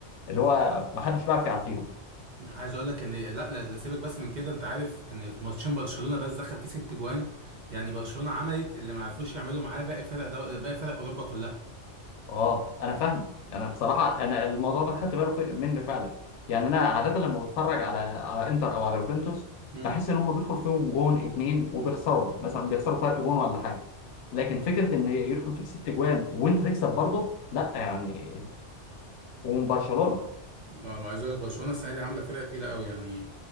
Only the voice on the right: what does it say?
عايز اقول لك ان لا لا لا، سيبك بس من كده انت عارف ان في ماتشين برشلونه بس دخل فيه ست جوان يعني برشلونه عملت اللي ما عرفوش يعملوا معاه باقي فرق دو... باقي فرق اوروبا كلها
امم
ما ما عايز اقول لك برشلونه السنه دي عامله فرقه تقيله قوي يعني